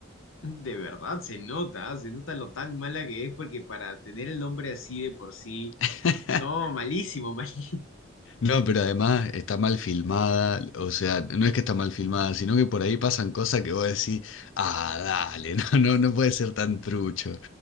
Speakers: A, on the left; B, on the left.
A: De verdad, se nota, ¿ah? se nota lo tan mala que es, porque para tener el nombre así de por sí.
B: <laughs>
A: No, malísimo, <laughs> malísimo.
B: No, pero además está mal filmada, o sea, no es que está mal filmada, sino que por ahí pasan cosas que vos decís, ah, dale, <laughs> no, no, no puede ser tan trucho.